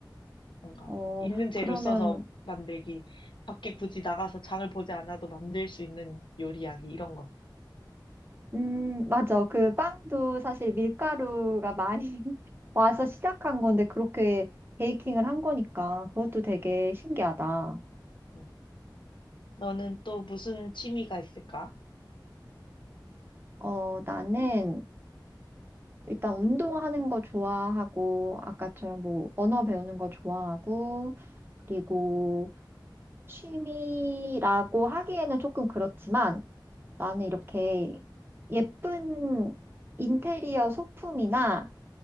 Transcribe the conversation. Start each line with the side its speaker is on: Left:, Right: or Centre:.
Left: 뭔가
Right: 어,
Left: 있는 재료
Right: 그러면,
Left: 써서 만들기, 밖에 굳이 나가서 장을 보지 않아도 만들 수 있는 요리하기 이런 거.
Right: 음, 맞아. 그 빵도 사실 밀가루가 많이 <laughs> 와서 시작한 건데 그렇게 베이킹을 한 거니까 그것도 되게
Left: 음,
Right: 신기하다.
Left: 음. 너는 또 무슨 취미가 있을까?
Right: 어, 나는 일단 운동하는 거 좋아하고, 아까처럼 뭐 언어 배우는 거 좋아하고, 그리고 취미라고 하기에는 조금 그렇지만 나는 이렇게 예쁜 인테리어 소품이나